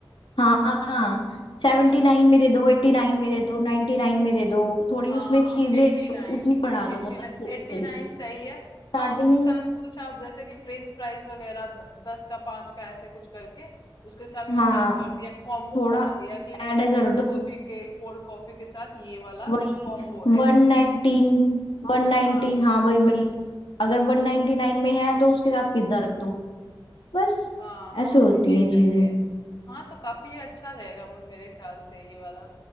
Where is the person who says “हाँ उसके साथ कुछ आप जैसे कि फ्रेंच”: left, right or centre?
Left